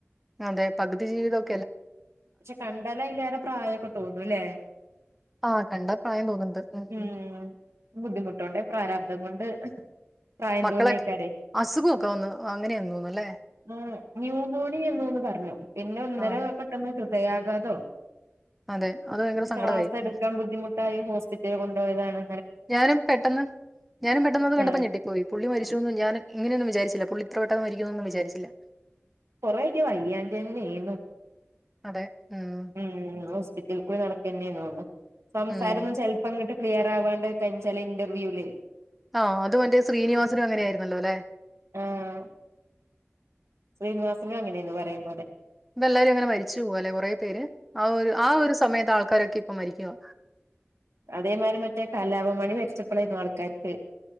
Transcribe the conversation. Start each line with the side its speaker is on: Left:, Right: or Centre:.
Centre: അതെ പകുതി ജീവിതം.
Right: പക്ഷെ കണ്ടാൽ ആയില്റെ പ്രായൊക്കെ തോന്നൂവല്ലേ
Centre: ആഹ് കണ്ടാ പ്രായം തോന്നുന്നുണ്ട് ഉം ഉം.
Right: ഉമ് ബുദ്ധിമുട്ടോണ്ട് പ്രാരാബ്ദം കൊണ്ട്. പ്രായം
Centre: മക്കളൊക്കെ
Right: തോന്നിക്കാരെ
Centre: അസുഖമൊക്കെ വന്ന് അങ്ങനെയെന്ന് തോന്നുന്നല്ലേ
Right: ആഹ് ന്യൂമോണിയ എന്ന് തോന്നുന്നു പറഞ്ഞു പിന്നെ ഒന്നര
Centre: ആഹ്
Right: ഹൃദയകതാവോ.
Centre: അതെ അത് ഭയങ്കര സങ്കടമായി
Right: ശ്വാസം എടുക്കാൻ
Centre: ഉം.
Right: ബുദ്ധിമുട്ടായി ഹോസ്പിറ്റല് കൊണ്ട്. ഇതാണ്.
Centre: ഞാനും പെട്ടെന്ന് ഞാനും പെട്ടെന്ന് അത് കണ്ടപ്പോ
Right: ആഹ്
Centre: ഞെട്ടിപ്പോയി പുള്ളി മരിച്ചുന്ന് ഞാൻ ഇങ്ങനെയൊന്നും വിചാരിച്ചില്ല പുള്ളി ഇത്ര പെട്ടെന്ന് മരിക്കും ന്ന്. കും ന്ന് വിചാരിച്ചില്ല.
Right: കൊറെയൊക്കെ. <unintelligible>
Centre: അതെ ഉം
Right: ഉമ് ഹോസ്പിറ്റലിൽ കൂടി നടക്ക തന്നെയാര്ന്നു. സംസാരം
Centre: ഉം
Right: ഒന്നും ചെലപ്പോ അങ്ങട്ട് ക്ലിയർ ആവാണ്ട് കാണ്ച്ചാൽ ഇന്റർവ്യൂല്.
Centre: ആഹ് അത് മറ്റേ ശ്രീനിവാസനും അങ്ങനെ ആയിരുന്നല്ലോ അല്ലെ
Right: ആഹ് ശ്രീനിവാസനും അങ്ങനെയാന്ന് പറയുന്നത്.
Centre: ഇപ്പ എല്ലാരും അങ്ങനെ മരിച്ചു പോക അല്ലെ കുറേ പേര് ആഹ് ഒരു ആഹ് ഒരു സമയത്ത് ആൾക്കാരൊക്കെ. അപ്പ മരിക്കുവാ
Right: അതേമാരി മറ്റേ കലാഭാൻമണി മരിച്ചപ്പോളായിരുന്നു ആൾക്കാർക്ക്.